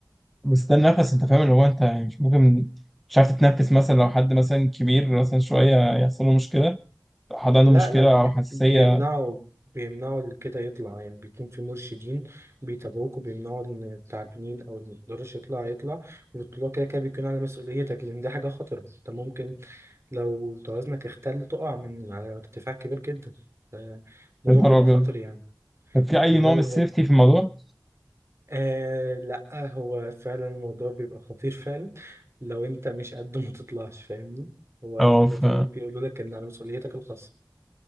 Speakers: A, in the centre; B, on the right (about 40°).
A: بس ده النفس انت فاهم اللي هو انت يعني مش ممكن مش عارف تتنفس مثلا لو حد مثلا كبير مثلا شويه يحصل له مشكله لو حد
B: لا
A: عنده مشكله
B: لا بي-
A: او حساسيه
B: بيمنعوا بيمنعوا اللي كده يطلع يعني بيكون في مرشدين بيتابعوك وبيمنعوا ان التعبانين او اللي ميقدرش يطلع يطلع والطلوع كده كده بيكون على مسؤوليتك لان دي حاجة خطرة انت ممكن لو توازنك اختل تقع من على ارتفاع كبير جدا ف- الموضوع
A: يا نهار
B: بيبقى
A: ابيض
B: خطر يعني
A: طب في اي
B: الموضوع
A: نوع من
B: بيبقى
A: السيفتي في الموضوع
B: آه لا هو فعلا الموضوع بيبقى خطير فعلا لو انت مش قد ما تطلعش فاهمني هو هم
A: اه ف
B: فعلا بيقولوا لك ان على مسؤوليتك الخاصة